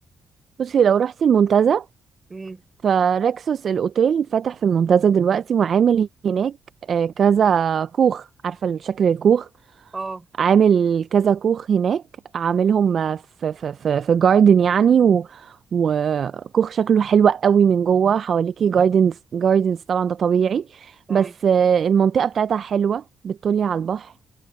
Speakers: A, on the right (about 50°); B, on the right (about 20°).
A: بصي لو رحتي المنتزه
B: امم
A: فريكسوس الأوتيل فاتح في المنتزه دلوقتي وعامل هناك آه، كذا كوخ عارفة الشكل الكوخ
B: اه
A: عامل كذا كوخ هناك عاملهم آه، في في في, في جاردن يعني و وكوخ شكله حلو قوي من جوه حواليكي جاردنز جاردنز طبعا ده طبيعي
B: تمام
A: بس آه، المنطقة بتاعتها حلوة بتطلي على البحر